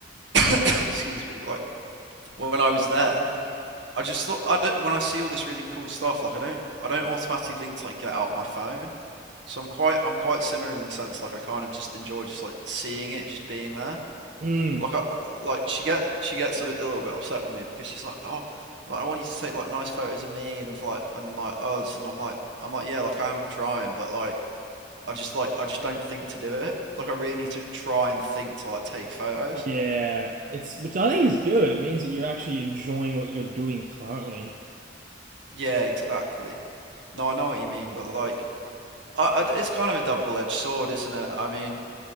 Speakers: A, on the right; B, on the right.
A: <clears throat> excuse me, like when I was there, I just thought I don't, when I see all this really cool stuff, like I don't I don't automatically think to like get out my phone. So I'm quite I'm quite similar in the sense like I kind of just enjoy just like seeing it and just being there.
B: Mm,
A: Like I like she gets she gets a, bit- a little bit upset with me because she's like, oh, like, I want you to take like nice photos of me and of like and like us and I'm like I'm like yeah like I am trying but like I just like I just don't think to do it. Like I really need to try and think to like take photos.
B: yeah, it's which I think is good. It means that you're actually enjoying what you're doing currently.
A: Yeah, exactly. No, I know what you mean, but like I, I- it's kind of a double-edged sword, isn't it? I mean.